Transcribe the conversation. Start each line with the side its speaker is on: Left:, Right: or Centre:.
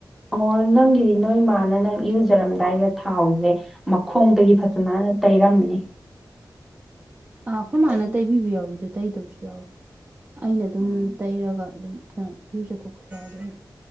Centre: ꯑꯣ ꯅꯪꯒꯤꯗꯤ ꯅꯣꯏ ꯃꯥꯥꯅ ꯅꯪ ꯏꯔꯨꯖꯔꯝꯗꯥꯏꯗ ꯊꯥꯎꯖꯦ ꯃꯈꯣꯡꯗꯒꯤ ꯐꯖꯅꯅ ꯇꯩꯔꯝꯅꯤ
Right: ꯑꯥ ꯑꯈꯣꯏ ꯃꯥꯅ
Centre: ꯇꯩ
Right: ꯇꯩꯕꯤꯕ ꯌꯥꯎꯋꯤ ꯑꯗꯨ ꯇꯩꯗꯕꯁꯨ ꯌꯥꯎꯋꯤ ꯑꯩꯅ ꯗꯨꯝ
Centre: ꯎꯝ
Right: ꯇꯩꯔꯒ ꯑꯗꯨꯝ ꯀꯩꯅꯣ ꯏꯔꯨꯖꯊꯣꯛꯄꯁꯨ ꯌꯥꯎꯏꯗ ꯑꯩꯅ